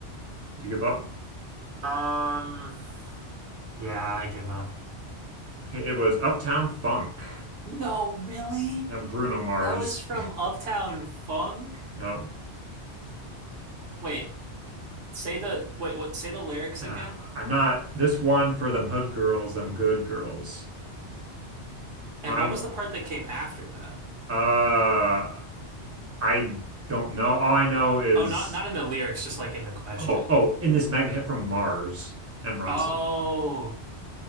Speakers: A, on the right; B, on the right.
A: <laughs> Did you give up?
B: Um Yeah, I give up.
A: Okay, it was Uptown Funk.
B: No, really?
A: Yep, Bruno Mars.
B: That was from Uptown Funk?
A: <laughs> Yep.
B: Wait, say the wait, what say the lyrics
A: <sighs> Ah,
B: again?
A: I'm not this one for them hood girls, them good girls. No,
B: And
A: I
B: what
A: don't
B: was the part that came after that?
A: uh I don't know. All I know is
B: Oh, not not in the lyrics, just like in the question.
A: oh oh in this mega hit from Mars and Ronson.
B: Oh,